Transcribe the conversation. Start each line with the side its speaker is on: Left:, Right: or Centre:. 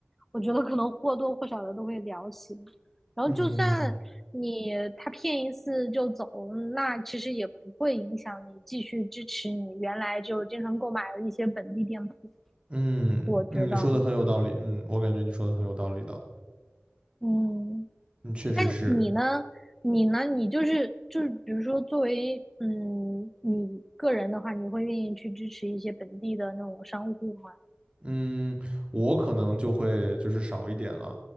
Centre: 我觉得可能或多或少的都会聊起。然后就算你他骗一次就走，
Right: 嗯
Centre: 那其实也不会影响你继续支持你原来就经常购买的一些本地店铺。
Right: 嗯，
Centre: 我觉得，
Right: 嗯你说的很有道理，嗯，我感觉你说的很有道理的，
Centre: 嗯，
Right: 嗯，确实是，
Centre: 那你呢？你呢？你就是就是，比如说作为嗯你个人的话，你会愿意去支持一些本地的那种商户吗？
Right: 嗯，我可能就会就是少一点了，